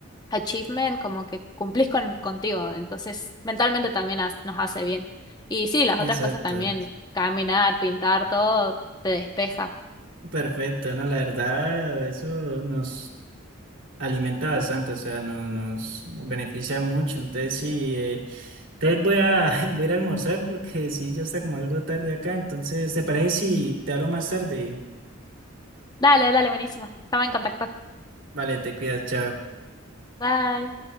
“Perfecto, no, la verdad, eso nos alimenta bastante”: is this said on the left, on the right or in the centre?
Right